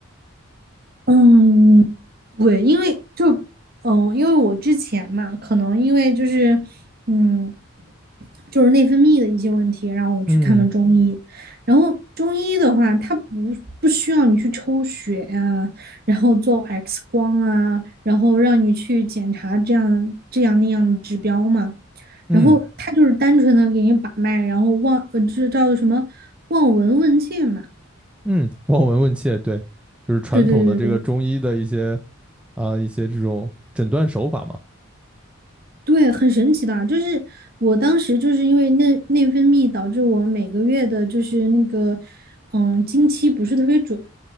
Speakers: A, on the right; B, in the centre.
A: 嗯，对，因为就嗯，呃因为我之前嘛，可能因为就是嗯，就是内分泌的一些问题，然后我去看了中医。
B: 嗯
A: 然后中医的话，它不不需要你去抽血啊，然后做 X 光啊，然后让你去检查这样这样那样的指标嘛。
B: 嗯
A: 然后它就是单纯的给你把脉，然后望呃，这叫什么望闻问切嘛。
B: 嗯，望闻问切，对，就是传统的这个中医的一些
A: 对对对对。
B: 啊一些这种诊断手法嘛。
A: 对，很神奇的，就是我当时就是因为内内分泌导致我每个月的，就是那个，嗯，经期不是特别准，